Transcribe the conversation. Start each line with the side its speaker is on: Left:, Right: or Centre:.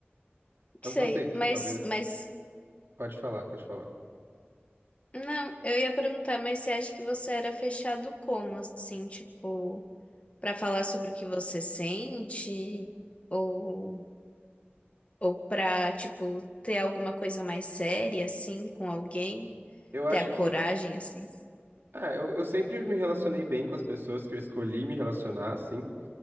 Right: Talvez,
Left: Sei,
Right: não sei,
Left: mas,
Right: talvez,
Left: mas,
Right: pode falar, pode falar.
Left: não, eu ia perguntar, mas você acha que você era fechado como, assim, tipo, pra falar sobre o que você sente, ou, ou pra, tipo, ter alguma coisa mais séria, assim, com alguém,
Right: Eu acho
Left: ter a coragem,
Right: que,
Left: assim?
Right: ah, eu, eu sempre me relacionei bem com as pessoas que eu escolhi me relacionar, assim.